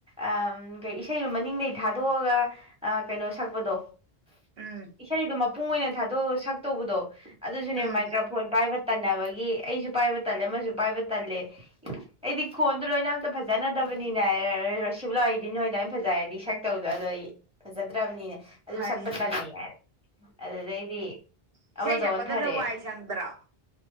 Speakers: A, in the centre; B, on the right.
A: ꯑꯝ ꯀꯩ ꯏꯁꯩꯗꯣ ꯃꯅꯤꯡꯗꯩ ꯊꯥꯗꯣꯛꯑꯒ ꯑ ꯀꯩꯅꯣ ꯁꯛꯄꯗꯣ
B: ꯎꯝ
A: ꯏꯁꯩꯗꯣ ꯃꯄꯨꯡ ꯑꯣꯏꯅ ꯊꯥꯗꯣꯛꯑꯒ ꯁꯛꯇꯧꯕꯗꯣ ꯑꯗꯨꯁꯨꯅꯦ
B: ꯎꯝ
A: ꯃꯥꯏꯀ꯭ꯔꯣꯐꯣꯟ ꯄꯥꯏꯕ ꯇꯟꯅꯕꯒꯤ ꯑꯩꯁꯨ ꯄꯥꯏꯕ ꯇꯜꯂꯦ ꯑꯃꯁꯨ ꯄꯥꯏꯕ꯫ ꯇꯜꯂꯦ ꯑꯩꯗꯤ ꯈꯣꯟꯗꯣ ꯂꯣꯏꯅ ꯑꯝꯇ ꯐꯖꯅꯗꯕꯅꯤꯅ ꯔꯣꯁꯤꯕꯤꯅ ꯍꯣꯏ ꯅꯣꯏꯗꯨꯃꯥꯏꯅ ꯐꯖꯔꯗꯤ ꯁꯛꯇꯧꯗꯣ ꯑꯗꯣ ꯑꯩꯗꯤ ꯐꯖꯗ꯭ꯔꯕꯅꯤꯅ ꯑꯗꯨ
B: ꯋꯥꯔꯤꯁꯦ
A: ꯁꯛꯄ ꯇꯜꯂꯦ ꯍꯥꯏꯔꯦ ꯑꯗꯨꯗꯩꯗꯤ
B: ꯏꯁꯩ
A: ꯑꯃꯗ
B: ꯁꯛꯄꯗꯅ
A: ꯑꯣꯟꯊꯔꯦ
B: ꯋꯥꯏ ꯁꯪꯗ꯭ꯔꯣ